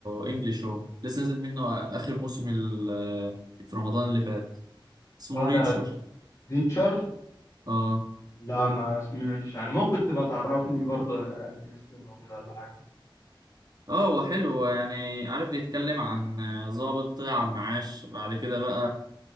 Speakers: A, on the right (about 50°); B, on the left (about 35°).
A: انجلش هو لسه نازل منه اخر موسم ال- آه، في رمضان اللي فات اسمه
B: اه
A: ريتشر
B: ده ريتشر
A: اه
B: لا ما سمعتش يعني ممكن تبقى تعرفني برضه يمكن استمع كده ولا حاجه
A: اه هو حلو هو يعني عارف بيتكلم عن آه، ضابط طلع على المعاش بعد كده بقى